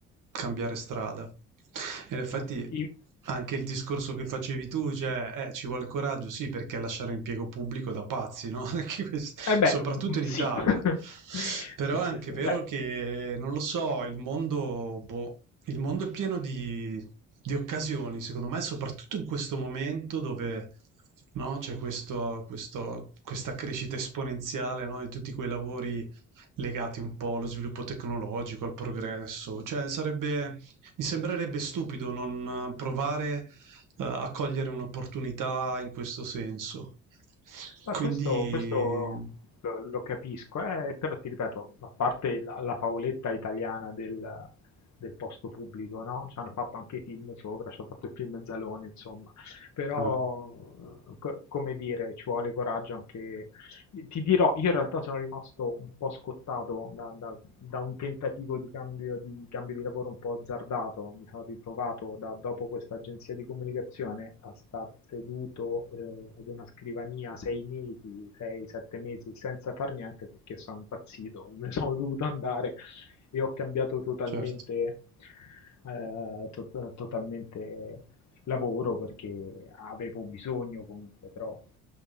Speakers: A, on the right; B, on the left.
A: cambiare strada. E in effetti
B: Mh, i
A: anche il discorso che facevi tu, cioè eh, ci vuole coraggio, sì, perché lasciare l'impiego pubblico da pazzi, no? <laughs> Perché questo-
B: eh beh,
A: Soprattutto
B: mhmm,
A: in
B: sì.
A: Italia.
B: <laughs>
A: Però
B: Sì, sì,
A: è anche
B: sì.
A: vero
B: Beh,
A: che, non lo so, il mondo, boh, il mondo è pieno di, di occasioni, secondo me, soprattutto in questo momento dove, no, c'è questo, questo- questa crescita esponenziale, no, di tutti quei lavori legati un po' allo sviluppo tecnologico, al progresso. Cioè, sarebbe, mi sembrerebbe stupido non eh, provare, eh, a cogliere un'opportunità in questo senso.
B: ma
A: Quindi,
B: questo questo lo lo capisco, eh, però ti ripeto, a parte la la favoletta italiana del del posto pubblico, no, c'hanno fatto anche i film sopra, c'hanno fatto il film Zalone, insomma. Però,
A: ah,
B: uhm, co come dire, ci vuole coraggio anche ti dirò, io in realtà sono rimasto un po' scottato da da da un tentativo di cambio di, cambio di lavoro un po' azzardato, mi sono ritrovato da- dopo questa agenzia di comunicazione a star seduto eh, ad una scrivania sei mesi, sei, sette mesi senza far niente perché sono impazzito, <laughs> me ne sono dovuto andare e ho cambiato totalmente,
A: certo.
B: eh, to- totalmente lavoro perché avevo bisogno comunque, però